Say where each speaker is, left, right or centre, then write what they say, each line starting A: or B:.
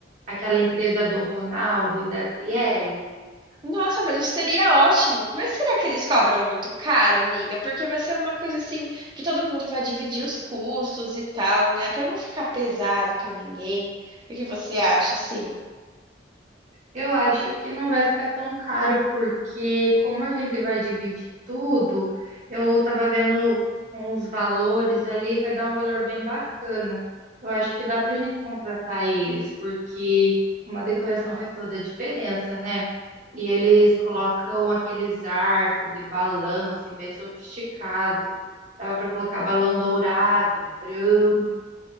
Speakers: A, on the right; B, on the right.
A: Aquela empresa do Ronaldo e da Adriele.
B: Nossa, mas isso seria ótimo. Mas será que eles cobram muito caro, amiga? Porque vai ser uma coisa assim que todo mundo vai dividir os custos e tal, né? Para não ficar pesado para ninguém. O que você acha, assim?
A: Eu acho que não vai ficar tão caro, porque como a gente vai dividir tudo, eu tava vendo os valores ali, vai dar um valor bem bacana. Eu acho que dá pra gente contratar eles, porque uma decoração faz toda a diferença, né? E eles colocam aqueles arcos de balão, assim, bem sofisticado. Dava pra colocar balão dourado, branco.